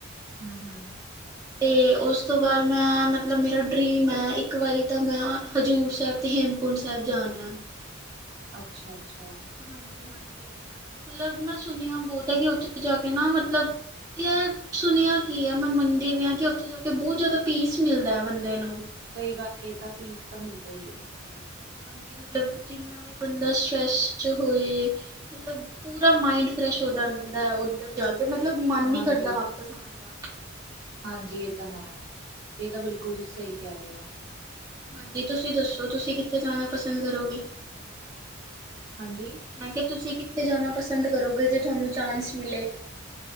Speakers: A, on the right; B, on the right.
A: ਹਾਂ-ਹਾਂ
B: <inaudible> ਤੇ ਓਸ ਤੋ‌ ਬਾਦ ਮੈਂ ਮਤਲਬ ਮੇਰਾ ਡਰੀਮ ਐ ਇਕ ਵਾਰੀ ਤਾਂ ਮੈਂ ਹਜ਼ੂਰ ਸਾਹਿਬ ਤੇ ਹੇਮ ਹੇਮਕੁੰਟ ਸੈਬ ਜਾਨਾ।
A: ਅੱਛਾ, ਅੱਛਾ।
B: ਹਾਂਜੀ, ਹਾਂਜੀ। ਮਤਲਬ ਮੈਂ ਸੁਨੇਆ ਬੋਤ ਐ, ਕਿ ਓਥੇ ਜਾਕੇ ਨਾ ਮਤਲਬ ਯਾਰ ਸੁਨੇਆ ਕੀ ਐ। ਮੈਂ ਮੰਦੀ ਵੀ ਆ, ਕਿ ਓਥੇ ਜਾ ਕੇ ਬੋਤ ਜੈਦਾ ਪੀਸ ਮਿਲਦਾ ਬੰਦੇ ਨੂੰ
A: ਸਹੀ ਗੱਲ ਏ ਤਾਂ ਪੀਸ ਤਾਂ ਮਿਲਦਾ ਈ ਐ ਦੇਖੋ ਜੀ।
B: ਹਾਂਜੀ ਮਤਲਬ ਜਿੰਨਾ ਵੀ ਬੰਦਾ ਸਟਰ੍ਰੈਸ 'ਚ ਹੋਏ। ਮਲਬ ਪੂਰਾ ਮਾਇੰਡ ਫਰੈਸ਼ ਹੋ ਜਾਂਦਾ ਓਧਰ ਜਾਕੇ ਤੇ ਮਤਲਬ ਮਨ ਨੀ
A: ਹਾਂਜੀ,
B: ਕਰਦਾ ਵਾਪਸ ਆਣ ਦਾ
A: ਹਾਂਜੀ ਏ ਤਾਂ ਹੈ ਏ ਤਾਂ ਬਿਲਕੁਲ ਤੁਸੀ ਸਹੀ ਕਹਿ ਓ
B: ਹਾਂਜੀ ਤੁਸੀਂ ਦੱਸੋ ਤੁਸੀਂ ਕਿੱਥੇ ਜਾਣਾ ਪਸੰਦ ਕਰੋਗੇ।
A: ਹਾਂਜੀ
B: ਮੈਂ ਕਿਹਾ ਤੁਸੀਂ ਕਿੱਥੇ ਜਾਨਾ ਪਸੰਦ ਕਰੋਗੇ ਜੇ ਤੋਨੂੰ ਚਾਂਸ ਮਿਲੇ।